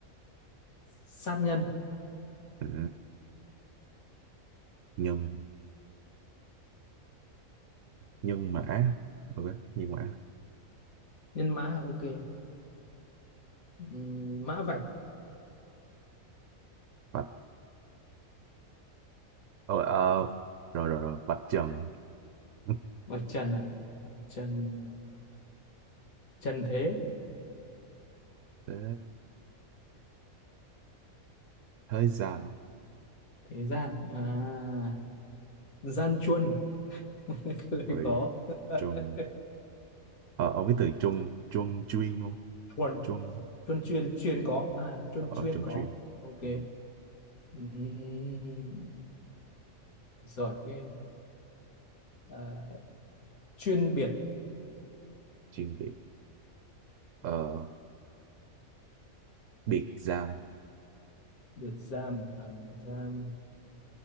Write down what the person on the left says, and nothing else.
sát nhân
nhân mã à, ok Ừm, mã vạch
vạch trần à trần trần thế
thế gian à gian chuân <laughs> lời
có <laughs>
thuần
chuân chuyên chuyên có à chuân
chuyên
có
ok
Ừm, Giỏi ghê à, chuyên biệt
biệt giam à, giam